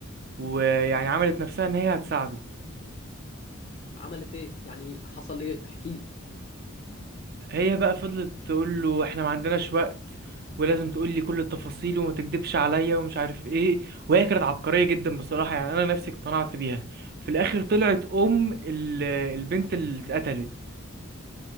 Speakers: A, on the right; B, on the left.
A: ويعني عملت نفسها ان هي هتساعده
B: عملت ايه يعني حصل ايه احكي لي
A: هي بقى فضلت تقول له احنا ما عندناش وقت ولازم تقول لي كل التفاصيل وما تكدبش عليا ومش عارف ايه وهي كانت عبقرية جدا بصراحة يعني انا نفسي اقتنعت بيها في الاخر طلعت ام ال- البنت اللي اتقتلت